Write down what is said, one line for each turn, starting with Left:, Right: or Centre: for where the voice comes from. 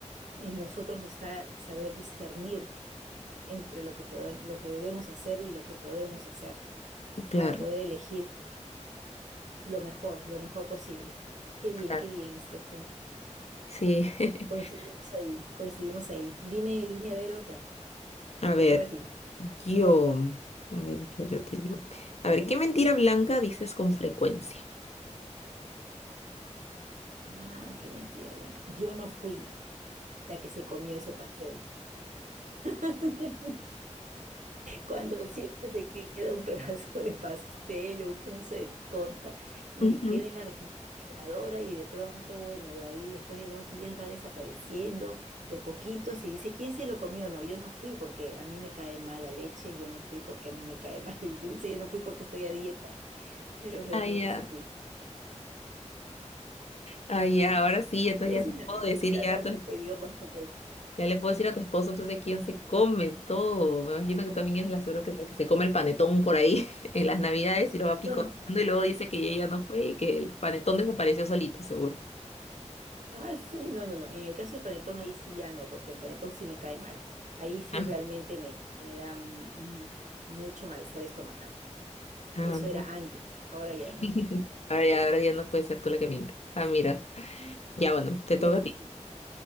Right: En nosotros está saber discernir entre lo que podemos, lo que debemos hacer y lo que podemos hacer
Left: Claro,
Right: para poder elegir lo mejor, lo mejor posible. Qué bien,
Left: claro.
Right: qué bien, Estefan.
Left: Sí. <laughs>
Right: Coincidimos ahí, coincidimos ahí. Dime, dime a ver otra.
Left: A
Right: Te
Left: ver,
Right: toca a ti.
Left: yo, a ver, yo, yo te digo. A ver, ¿qué mentira blanca dices con frecuencia?
Right: Ah, qué mentira, Blanca. Yo no fui la que se comió ese pastel. <laughs> Cuando siempre se queda un pedazo de pastel o un pedazo de torta y
Left: <laughs>
Right: queda en la refrigeradora y de pronto, bueno, de ahí después de dos días va desapareciendo de a poquitos y dice, ¿quién se lo comió? No, yo no fui porque a mí me cae mal la leche, yo no fui porque a mí me cae <laughs> mal el dulce, yo no fui porque estoy a dieta, pero realmente
Left: Ah, ya.
Right: sí fui.
Left: Ah, ya, ahora sí, entonces
Right: Esa
Left: ya se
Right: es
Left: lo
Right: la
Left: puedo
Right: mentirita
Left: decir ya
Right: blanca
Left: a tu-
Right: que digo más frecuencia.
Left: ya le puedo decir a tu esposo entonces quién se come todo. Me imagino que también es la suegra que, la que se come el panetón por ahí <laughs> en las navidades y lo va picoteando
Right: No, no.
Left: y luego dice que ella no fue y que el panetón desapareció solito, seguro.
Right: Ah, sí, no, no, no. En el caso del panetón, ahí sí ya no, porque el panetón sí me cae mal. Ahí sí
Left: Ah,
Right: realmente me, me da mm, mucho malestar estomacal.
Left: ah.
Right: Eso era antes, ahora ya no.
Left: <laughs> Ahora ya, ahora ya no puede ser tú la que mienta. Ah, mira.
Right: <laughs>
Left: Ya bueno, te toca
Right: Sí.
Left: a ti.